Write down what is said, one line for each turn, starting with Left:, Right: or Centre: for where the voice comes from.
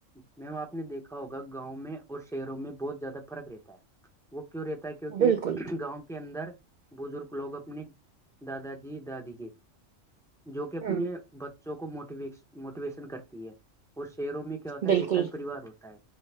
Centre: میم آپ نے دیکھا ہوگا گاؤں میں اور شہروں میں بہت زیادہ فرق رہتا ہے وہ کیوں رہتا کیونکہ
Right: بالکل
Centre: گاؤں کے اندر بزرگ لوگ اپنی دادا جی دادی جی جو کہ اپنے
Right: ہوں
Centre: بچوں کو موٹیویش موٹیویشن کرتی ہے اور شہروں میں کیا ہوتا
Right: بالکل
Centre: ایکل پریوار ہوتا ہے